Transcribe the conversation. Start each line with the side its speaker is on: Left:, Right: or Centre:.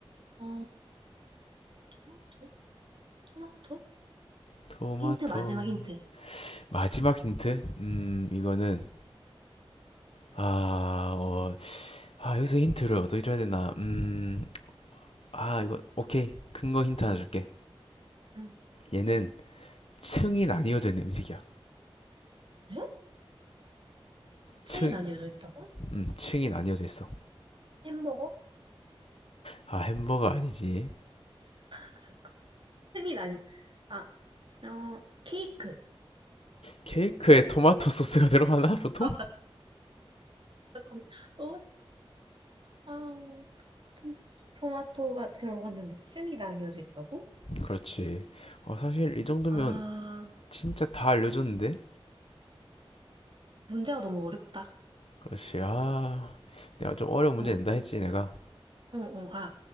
Right: 어, 토마토? 토마토?
Left: 토마토.
Right: 힌트, 마지막 힌트.
Left: 마지막 힌트? 음, 이거는 아, 어, 아, 여기서 힌트를 어떻게 줘야 되나? 음, 아, 이거 오케이. 큰 거 힌트 하나 줄게.
Right: 응.
Left: 얘는 층이 나뉘어져 있는 음식이야.
Right: 에? 층이
Left: 층,
Right: 나뉘어져 있다고?
Left: 음, 층이 나뉘어져 있어.
Right: 햄버거?
Left: 아, 햄버거 아니지.
Right: 아, 잠깐. 층이 나뉘, 아, 어, 케이크.
Left: 케이크에 토마토 소스가 들어가나, 보통?
Right: 아, 잠깐. 토마토, 아, 토- 토마토가 들어갔는데 층이 나뉘어져 있다고?
Left: 그렇지. 어, 사실 이 정도면
Right: 아,
Left: 진짜 다 알려줬는데?
Right: 문제가 너무 어렵다.
Left: 그렇지. 아, 내가 좀 어려운 문제
Right: 응,
Left: 낸다 했지, 내가.
Right: 응, 응. 아,